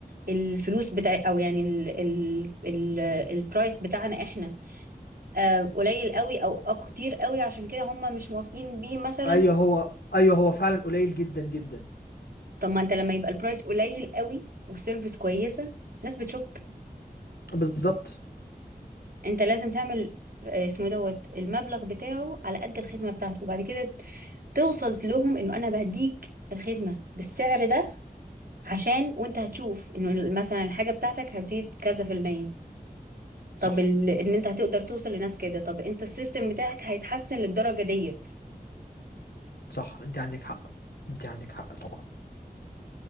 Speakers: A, on the right (about 65°); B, on the left (about 85°).
A: الفلوس بتاع او يعني ال ال ال البرايس بتاعنا احنا آه، قليل قوي او أو كتير قوي عشان كده هم مش موافقين بيه مثلا
B: ايوه هو ايوه هو فعلا قليل جدا جدا
A: طب ما انت لما يبقى البرايس قليل قوي والسيرفيس كويسة الناس بتشك
B: بالظبط
A: انت لازم تعمل آه، اسمه إيه دوت المبلغ بتاعه على قد الخدمه بتاعته وبعد كده توصل لهم انه انا بهديك الخدمه بالسعر ده عشان وانت هتشوف انه مثلا الحاجه بتاعتك هتزيد كذا في المية
B: صح
A: طب ال... ان انت هتقدر توصل لناس كده طب انت السيستم بتاعك هيتحسن للدرجه ديت
B: صح انت عندك حق انت عندك حق طبعا